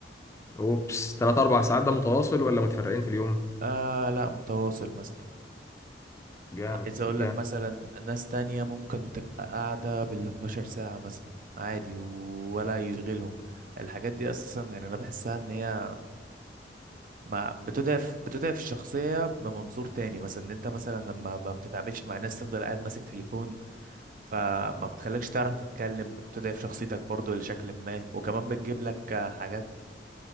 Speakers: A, on the left; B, on the right.
A: اوبس 3 4 ساعات ده متواصل ولا متفرقين في اليوم
B: آه لا متواصل مثلا
A: جامد
B: عايز اقول
A: جامد
B: لك مثلا ناس تانية ممكن تبقى قاعدة بال 12 ساعة مثلا عادي و- ولا يشغلهم الحاجات دي اساسا يعني انا بحسها ان هي ما بتضعف بتضعف الشخصية بمنظور تاني مثلا ان انت مثلا لما ما بتتعاملش مع ناس تفضل قاعد ماسك تليفون فما بتخليكش تعرف تتكلم بتضعف شخصيتك برضو لشكل ما وكمان بتجيب لك حاجات